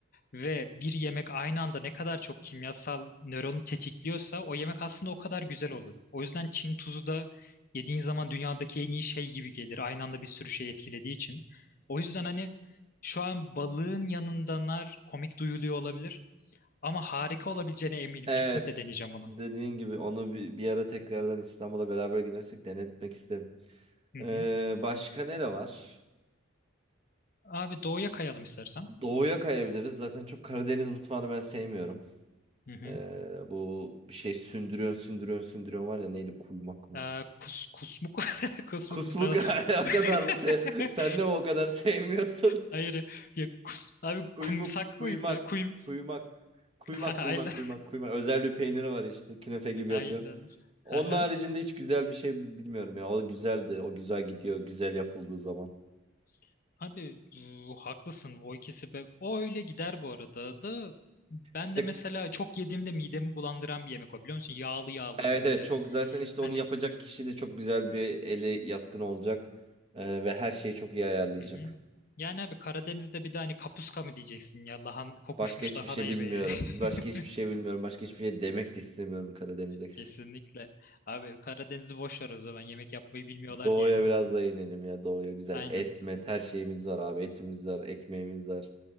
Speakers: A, on the left; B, on the right.
A: ve bir yemek aynı anda ne kadar çok kimyasal nöronu tetikliyorsa o yemek aslında o kadar güzel olur. O yüzden Çin tuzu da yediğin zaman dünyadaki en iyi şey gibi gelir. Aynı anda bir sürü şey etkilediği için. O yüzden hani şu an balığın yanında nar komik duyuluyor olabilir. Ama harika olabileceğine eminim.
B: Evet.
A: Kesinlikle deneyeceğim bunu.
B: Dediğin gibi onu bir, bir ara tekrardan İstanbul'a beraber gidersek denetmek isterim.
A: Hı
B: Ee,
A: hı.
B: başka nere var?
A: Abi doğuya kayalım istersen.
B: Doğuya kayabiliriz. Zaten çok Karadeniz mutfağını ben sevmiyorum.
A: Hı hı.
B: Ee, bu bir şey sündürüyorsun sündürüyorsun sündürüyorsun var ya neydi kuymak mı?
A: Ee, kus, kusmuk. <laughs> Kusmuk
B: Kusmuk
A: değil, pardon.
B: <laughs> o kadar
A: <laughs>
B: mı se sen de mi o kadar sevmiyorsun?
A: Hayır. Ya, kus, abi
B: <laughs> Kuymuk,
A: kumsak
B: kuymak,
A: mıydı? Kuyum.
B: kuymak, kuymak,
A: <laughs>
B: kuymak, kuymak,
A: Ayla.
B: kuymak. Özel bir peyniri var işte künefe gibi yapıyor.
A: Ayla.
B: Onun
A: Aha.
B: haricinde hiç güzel bir şey bi- bilmiyorum ya. O güzeldi. O güzel gidiyor. Güzel yapıldığı zaman.
A: <laughs> Abi bu, haklısın. O ikisi be. O öyle gider bu arada da. Ben
B: İşte
A: de mesela çok yediğimde midemi bulandıran bir yemek o biliyor musun? Yağlı yağlı
B: evet
A: böyle.
B: evet çok zaten işte
A: Hani
B: onu yapacak kişi de çok güzel bir eli yatkın olacak. Ee, ve her şeyi çok iyi ayarlayacak.
A: Hı hı. Yani abi Karadeniz'de bir de hani kapuska mı diyeceksin ya lahan, kokuşmuş
B: Başka hiçbir
A: lahana
B: şey
A: yemeği.
B: bilmiyorum.
A: <laughs>
B: Başka hiçbir şey bilmiyorum. Başka hiçbir şey demek de istemiyorum Karadeniz'e.
A: Kesinlikle. Abi Karadeniz'i boş ver o zaman yemek yapmayı bilmiyorlar
B: Doğuya
A: diyelim.
B: biraz da inelim ya doğuya güzel
A: Aynen.
B: et met her şeyimiz var abi etimiz var ekmeğimiz var.